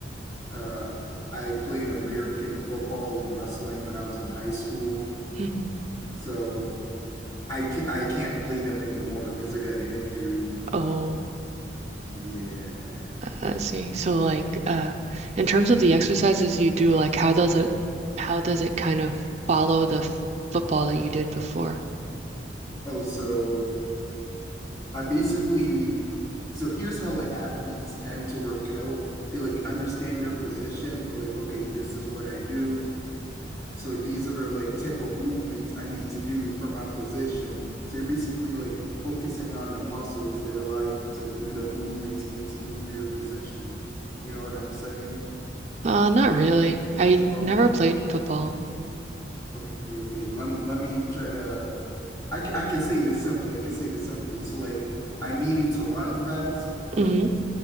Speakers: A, on the left; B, on the right.
A: Uh, I played American football and wrestling when I was in high school.
B: hmm
A: So I can't, I can't play them anymore because I got an injury.
B: Oh,
A: Yeah.
B: I I see. So like uh in terms of the exercises you do, like how does it how does it kind of follow the f- football that you did before?
A: Oh, so I basically, so here's how like athletes tend to work out. They like understand their position, like, okay, this is what I do. So these are the like type of movements I need to do for my position. So you're basically like focusing on the muscles that allow you to do the movements you need to do for your position. You know what I'm saying?
B: Uh, not really. I
A: Oh,
B: never played football.
A: Okay, okay. Let me let me try to. I can, I can say this simply. I can say this simply. So like I needed to run fast or
B: hmm
A: like